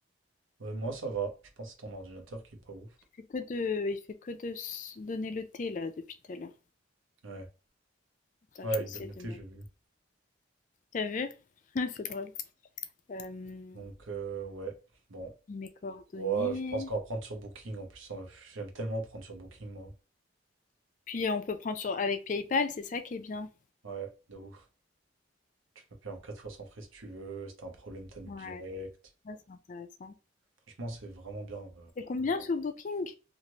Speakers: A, on the right (about 80°); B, on the left (about 40°).
A: Ouais, moi, ça va. Je pense que c'est ton ordinateur qui est pas ouf.
B: Il fait que de il fait que de se donner le thé, là, depuis tout à l'heure.
A: Ouais.
B: Attends,
A: Ouais,
B: je vais essayer
A: il donne l'été,
B: de mettre
A: j'ai vu.
B: T'as vu? <laughs> C'est drôle. Hem,
A: Donc, euh, ouais. Bon.
B: mes coordonnées.
A: Bon, je pense qu'on va prendre sur Booking en plus. euh, J'aime tellement prendre sur Booking, moi.
B: Puis on peut prendre sur avec PayPal, c'est ça qui est bien.
A: Ouais, de ouf. Tu peux payer en 4 fois sans frais si tu veux. Si t'as un problème, t'annules
B: Ouais,
A: direct.
B: ça, c'est intéressant.
A: Franchement, c'est vraiment bien.
B: C'est combien sur Booking?